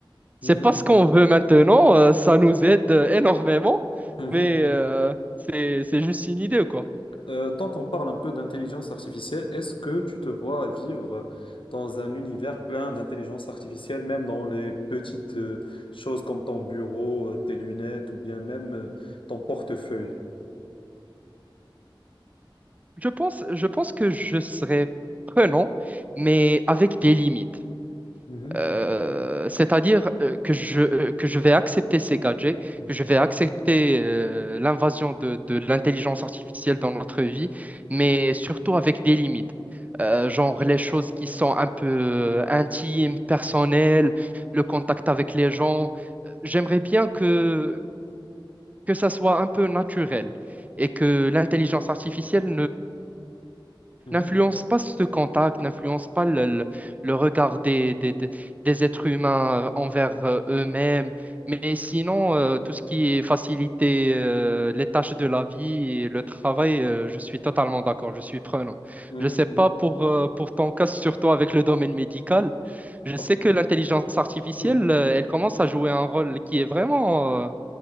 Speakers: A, on the left; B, on the right.
A: Mhm.
B: C'est pas ce qu'on veut maintenant, euh, ça nous aide énormément,
A: Mhm.
B: mais euh, c'est, c'est juste une idée, quoi.
A: Euh, tant qu'on parle un peu d'intelligence artificielle, est-ce que tu te vois vivre dans un univers plein d'intelligence artificielle, même dans les petites euh, choses comme ton bureau, euh, tes lunettes ou bien même euh, ton portefeuille?
B: Je pense, je pense que je serais prenant, mais avec des limites.
A: Mhm,
B: Euh, c'est-à-dire euh, que je, euh, que je vais accepter ces gadgets,
A: mhm,
B: que je vais accepter euh, l'invasion de, de l'intelligence artificielle dans notre vie, mais surtout avec des limites. Euh, genre les choses qui sont un peu euh, intimes, personnelles, le contact avec les gens. J'aimerais bien que, que ça soit un peu naturel et que l'intelligence artificielle
A: mhm.
B: n'influence pas ce contact, n'influence pas le, le- le regard des, des, des- des êtres humains euh, envers euh, eux-mêmes. Mais sinon, euh, tout ce qui est faciliter euh, les tâches de la vie et le travail, euh, je suis totalement d'accord, je suis prenant.
A: Mhm,
B: Je
A: mhm,
B: ne sais pas
A: mhm.
B: pour, euh, pour ton cas, surtout avec le domaine médical, je
A: Hop,
B: sais que l'intelligence artificielle,
A: mhm,
B: euh, elle commence à jouer un rôle qui est vraiment, euh,